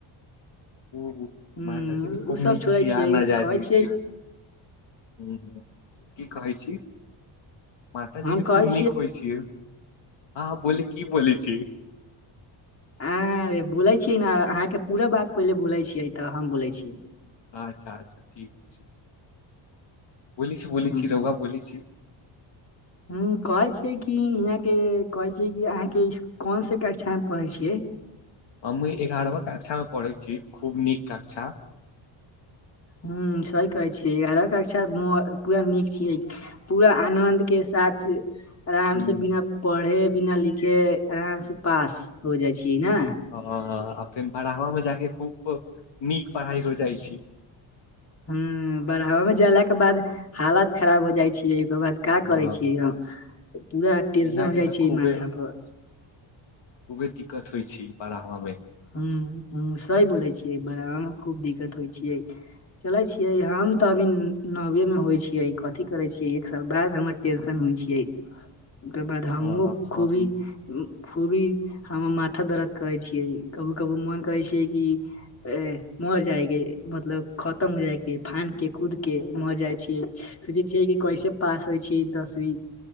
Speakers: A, on the left; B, on the left.
A: उहु
B: हूं
A: माताजी भी खूब
B: उ सब
A: नीक
B: छोड़े
A: छी
B: छियै
A: यहाँ न जाय
B: कहै
A: दै
B: छियै
A: छी। हू-ह। की कहै छी मातााजी
B: हम
A: भी
B: कहै
A: खूब नीक होइ छियै। अहाँ बोलू की बोलय छी।
B: आरे बोलै छी ने अहाँके पूरा बात पहिले बोलै छियै त हम बोलै छियै।
A: अच्छा-अच्छा ठीक छैय। बोली छी बोली
B: हूं
A: छी <unintelligible> बोली छी।
B: ह कहै छियै कि इहाँके कहै छियै कि अहाँके कौन से कक्षामे पढ़ै छियै।
A: हमू एगारहवा कक्षामे पढ़ै छियै खूब नीक कक्षा।
B: ह सही कहै छियै एगारह कक्षा पूरा नीक छियै। पूरा आनन्दके साथ। आराम
A: हूँ,
B: से बिना पढ़े बिना लिखे आराम से पास हो जाइ छियै न।
A: ह-ह आ फेर बारहवा मे जाके खूब नीक पढ़ाइ हो जाइ छैय।
B: ह बड़हवा मे जालाके बाद हालत खराब हो जाइ छियै <unintelligible> का
A: हँ,
B: कहै छियै हम पूरा टेंशन
A: यहाँ
B: हो
A: के तऽ
B: जाइ छियै
A: खूबे
B: माथा पर।
A: खूबे दिक्कत होइ छी बारहवामे।
B: ह सही बोलै छियै बारहवामे खूब दिक्कत होइ छियै। चले छियै हम तऽ अभी नवे मे होइ छियै। कथी करै छियै, एक साल बाद हमर टेंशन होइ छियै। ओकर बाद हमहुँओ
A: हँ,
B: खूबी
A: अभी
B: खूबी हमर माथा दर्द करै छियै, कबो कबो मोन करै छियै कि अ मर जाए के मतलब खतम हो जाय के, फान के कूद के मर जाइ छियै। सोचै छियै कि कैसे पास होइ छै, दसवीं